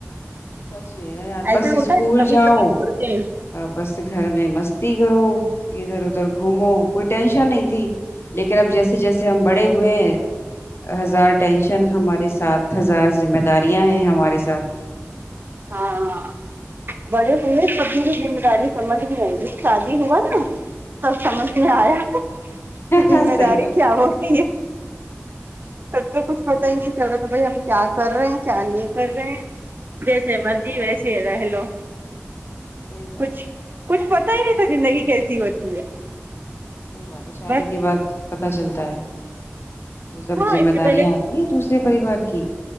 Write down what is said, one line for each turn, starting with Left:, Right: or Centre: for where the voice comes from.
Left: سچ ہے یار
Right: ایسا
Left: بس اسکول
Right: ہوتا ہے کبھی
Left: جاؤ
Right: کبھی کرتے ہیں
Left: بس گھر میں مستی کرو ادھر ادھر گھومو کوئی ٹینشن نہیں تھی لیکن اب جیسے جیسے ہم بڑے ہوئے ہیں ہزار ٹینشن ہمارے ساتھ ہزار ذمہ داریاں ہیں ہمارے ساتھ
Right: ہاں آ بڑے ہوئے کبھی بھی ذمہ داری سمجھ میں ہو شادی ہوا نا سب سمجھ میں آیا کہ زمہ
Left: ہاں صحیح
Right: داری
Left: بات
Right: کیا ہوت تب تو کچھ پتا
Left: ہوں
Right: ہی نہیں چلا بھائی یہ پ کیا کر رہے ہیں کیا نہیں کر رہے ہیں جیسے مرضی
Left: ہاں
Right: ویسے رہ لو
Left: صحیح بات
Right: کچھ
Left: ہے
Right: کچھ پتا ہی نہیں تھا زندگی کیسی ہوتی ہے
Left: صحیح بات ہے شادی
Right: بس
Left: کے بعد پتا چلتا ہے سب
Right: ہاں
Left: ذمہ
Right: اس سے
Left: داریاں
Right: پہلے
Left: آ تی ہے دوسرے پریوار کی